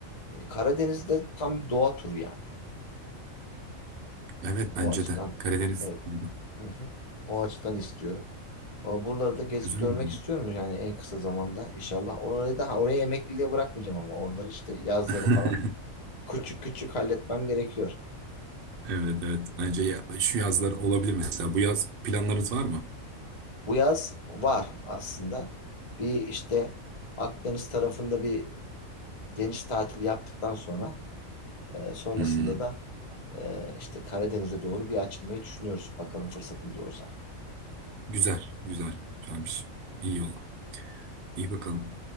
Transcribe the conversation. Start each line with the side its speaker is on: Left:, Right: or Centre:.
Left: E, Karadeniz'de tam bir doğa turu yani.
Right: Evet
Left: O
Right: bence
Left: açıdan
Right: de. Karadeniz
Left: evet.
Right: turu.
Left: Hı hı. O açıdan istiyorum. Ama buraları da gezip
Right: güzel
Left: görmek
Right: mi?
Left: istiyorum yani en kısa zamanda inşallah. Orayı da ha, oraya emekliliğe bırakmayacağım ama oraları işte yazları
Right: <laughs>
Left: falan küçük küçük halletmem gerekiyor.
Right: Evet evet. Bence ya, şu yazlar olabilir mesela. Bu yaz planlarınız var mı?
Left: Bu yaz var aslında. Bir işte Akdeniz tarafında bir deniz tatili yaptıktan sonra e, sonrasında
Right: Hmm,
Left: da Ee, işte Karadeniz'e doğru bir açılmayı düşünüyoruz bakalım fırsatımız olursa.
Right: Güzel, güzel. Güzelmiş. İyi o. İyi bakalım.